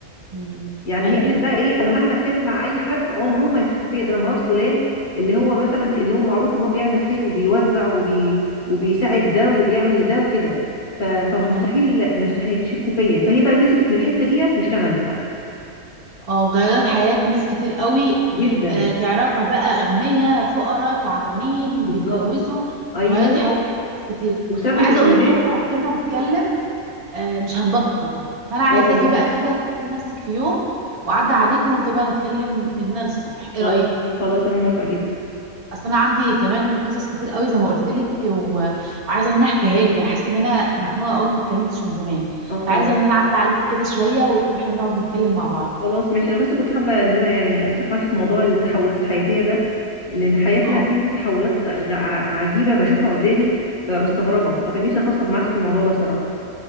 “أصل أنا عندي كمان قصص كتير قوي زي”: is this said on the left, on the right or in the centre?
Right